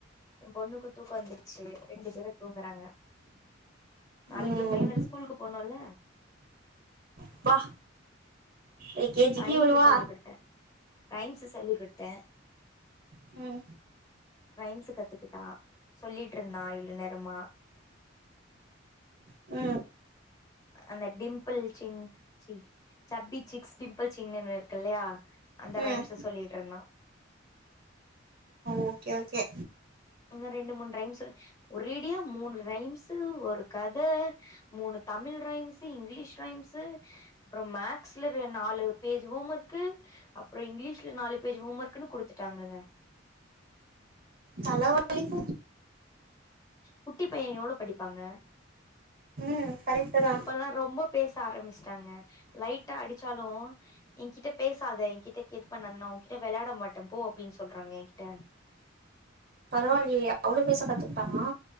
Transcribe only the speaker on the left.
என் பொண்ணுக்கு தூக்கோ வந்துடுச்சு ரெண்டு பேரு தூங்குறாங்க நாளிக்கு
என் பையன் வேர ஸ்கூலுக்கு போனுல்ல
ரைம்ஸ்
சொல்லி குடுத்தே ரைம்ஸ் சொல்லிகுடுத்த
ரைம்ஸ் கத்துக்கிட்டா சொல்லிட்டுருந்தா இவ்ளோ நேரமா
அந்த டிம்பிள் சின் சி சப்பிசிக்ஸ் டிம்பிள் சின்னு இருக்கு இல்ல அந்த ரைம்ஸ்
சொல்லிட்டு இருந்த
இன்ன ரெண்டு மூணு ரைம்ஸ் ஒரேடியா மூணு ரைம்ஸ் ஒரு கத மூணு தமிழ் ரைம்ஸ் இங்கிலீஷ் ரைம்ஸ் அப்புறோ மேக்ஸ்ல நாலு பேஜ் ஹோம் ஒர்க் அப்றோ இங்கிலீஷ்ல நாலு பேஜ் ஹோம் ஒர்க்ன்னு குடுத்துட்டாங்கக
குட்டி பைய எவ்ளோ படிப்பாங்க
இப்பல்லா ரொம்ப பேச ஆரம்பிஷ்டாங்க லைட்ட அடிச்சாலு என்கிட்ட பேசாத என்கிட்ட இது பண்ணானன்னா நா உன்கிட்ட வெளையாட மாட்ட போ அப்டின் சொல்றாங்க என்கிட்ட